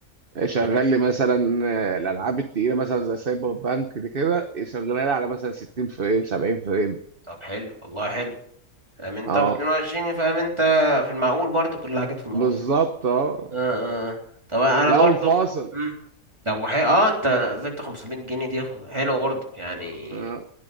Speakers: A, on the right; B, on the right.
A: شغال
B: طب
A: لي مثلا آه، الالعاب التقيله مثلا زي سايبر بانك دي كده يشغلها لي على مثلا 60 فريم 70 فريم
B: طب حلو والله حلو فاهم انت
A: اه
B: و22 فاهم انت في المعقول برضه كل الحاجات في المعقول
A: بالظبط اه
B: اه اه آه. طب انا
A: لا
B: برضه
A: ومفاصل
B: خ- مم. طب وحي... اه انت نزلت 500 جنيه دي خد- حلوه برضه يعني
A: آه.